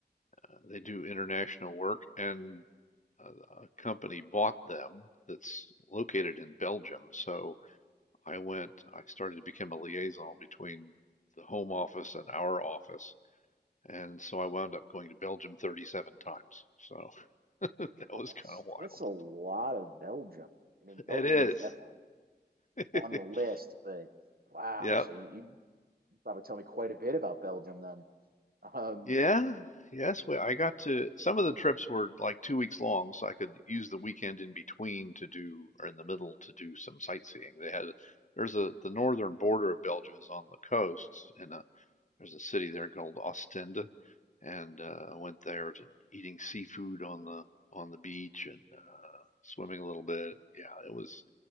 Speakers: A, on the left (about 45°); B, on the right (about 60°).
A: uh, they do international work, and a, company bought them that's located in Belgium. So I went, I started to become a liaison between the home office and our office. And so I wound up going to Belgium 37 times. So <laughs> that was
B: That's
A: kind of wild.
B: that's a lot of Belgium. I mean, Belgium
A: It is.
B: is definitely
A: <laughs>
B: on the list, but wow.
A: Yep.
B: So you, you probably tell me quite a bit about Belgium then. Um,
A: Yeah. Yes. We, I got to, some of the trips were like two weeks long, so I could use the weekend in between to do, or in the middle to do some sightseeing. They had, there's a, the northern border of Belgium is on the coast, and uh, There's a city there called Ostende, and uh, I went there and eating seafood on the on the beach and uh, swimming a little bit. Yeah, it was